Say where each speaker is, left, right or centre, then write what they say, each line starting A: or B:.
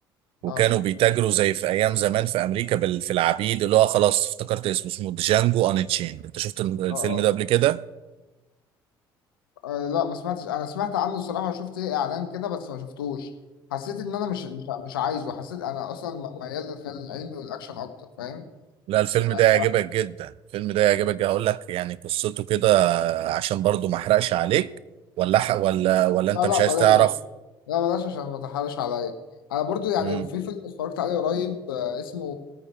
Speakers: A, on the right; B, on the left.
A: وكانوا
B: اه
A: بيتاجروا زي في ايام زمان في امريكا بال- في العبيد اللي هو خلاص افتكرت اسمه اسمه جانجو ان تشين انت شفت الفيلم
B: اه اه
A: ده قبل كده؟
B: آه، لا ما سمعتش انا سمعت عنه الصراحة وشفت ليه اعلان كده بس ما شفتوش حسيت ان انا مش مش مش عايزه حسيت انا اصلا م- ميال للخيال العلمي والاكشن اكتر فاهم
A: لا الفيلم
B: يعني
A: ده يعجبك جدا الفيلم ده يعجبك جدا هقول لك يعني قصته كده عشان برضو ما احرقش عليك ولا ح... ولا ولا
B: لا
A: انت
B: لا
A: مش
B: بلاش
A: عايز تعرف
B: لا بلاش عشان ما تحرش عليا انا برضو يعني
A: امم
B: في فيلم اتفرجت عليه قريب آه، اسمه